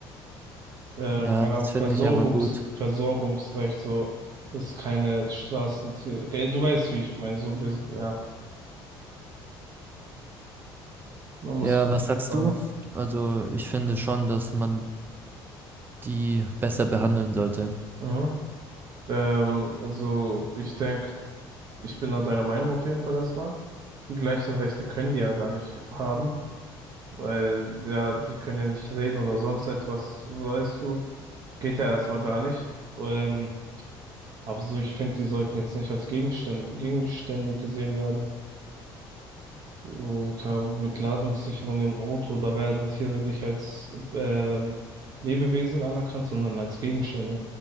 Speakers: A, on the right; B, on the right.
A: ähm,
B: Ja,
A: keine Ahnung,
B: das finde
A: Versorgungs,
B: ich aber gut.
A: Versorgungsrecht, so, dass keine Straßentiere. Gell, Du weißt, wie ich meine, so, bis- ja. Da muss
B: Ja,
A: ich
B: was sagst
A: sagen.
B: du? Also, ich finde schon, dass man die besser behandeln sollte.
A: Mhm. Ähm, also ich denke, ich bin da deiner Meinung auf jeden Fall erstmal. Die gleichen Rechte können die ja gar nicht haben, weil ja, die können ja nicht reden oder sonst etwas, weißt du. Geht ja erstmal gar nicht. Ähm, aber so, ich finde, die sollten jetzt nicht als Gegenstände, Gegenstände gesehen werden. So, keine Ahnung, mit Ladungssicherung im Auto, da werden Tiere nicht als ähm, Lebewesen anerkannt, sondern als Gegenstände.